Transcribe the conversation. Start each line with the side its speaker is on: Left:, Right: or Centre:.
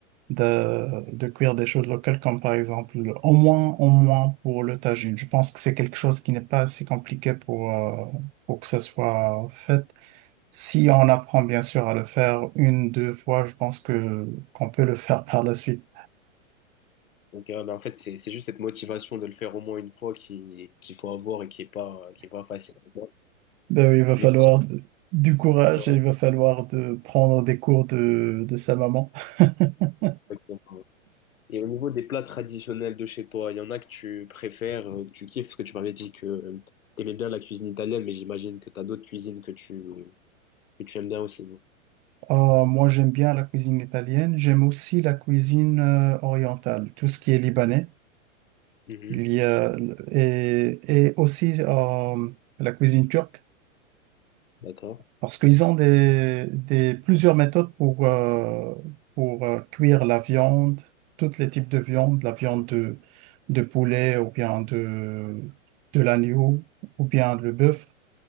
Right: de, de cuire des choses locales comme par exemple, le- au moins, au moins pour le tagine. Je pense que c'est quelque chose qui n'est pas assez compliqué pour, euh, pour que ça soit fait. Si on apprend bien sûr à le faire une, deux fois, je pense que qu'on peut le faire par la suite.
Left: Donc, euh, bah, en fait, c'est c'est juste cette motivation de le faire au moins une fois qui, qu'il faut avoir et qui est pas, qui est pas facile. à avoir.
Right: Ben oui, il va falloir
Left: Mais,
Right: de- du courage
Left: ouais,
Right: et il va falloir de prendre des cours de, de sa maman. <laughs>
Left: exactement. Et au niveau des plats traditionnels de chez toi, il y en a que tu préfères, euh, que tu kiffes, parce que tu m'avais dit que tu aimais bien la cuisine italienne, mais j'imagine que tu as d'autres cuisines que tu, que tu aimes bien aussi. non
Right: Ah, moi, j'aime bien la cuisine italienne. J'aime aussi la cuisine euh, orientale, tout ce qui est libanais.
Left: Mhm.
Right: Il y a, et, et aussi euh, la cuisine turque.
Left: D'accord.
Right: Parce qu'ils ont des, des- plusieurs méthodes pour, euh, pour euh, cuire la viande, tous les types de viande, la viande de, de poulet ou bien de, de l'agneau ou bien le bœuf.